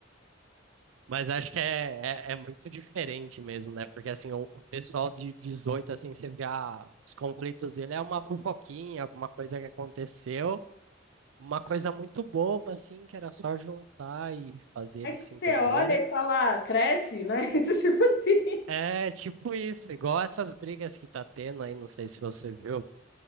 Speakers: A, on the right (about 85°); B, on the left (about 55°).
A: Mas acho que é, é, é muito diferente mesmo, né? Porque assim, o, o pessoal de 18 assim, você vê ah, os conflitos dele é uma fofoquinha, alguma coisa que aconteceu, uma coisa muito boba, assim, que era só juntar e fazer eles
B: É que
A: se
B: você
A: entenderem.
B: olha e fala, "Ah, cresce, né? <laughs> Isso, Tipo assim,
A: É tipo isso, igual essas brigas que tá tendo aí, não sei se você viu,